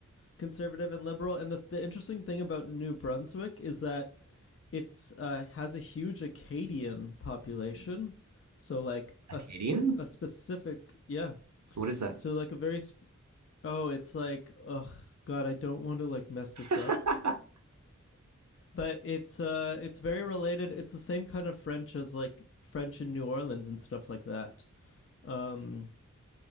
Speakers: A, on the left; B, on the right.
A: conservative and liberal. And the, the interesting thing about New Brunswick is that it's uh, has a huge Acadian population. So like
B: Acadian?
A: a a specific yeah.
B: What is that?
A: So like a very oh it's like ugh God I don't want to like mess this
B: <laughs>
A: up. But it's uh it's very related. It's the same kind of French as like French in New Orleans and stuff like that. Um,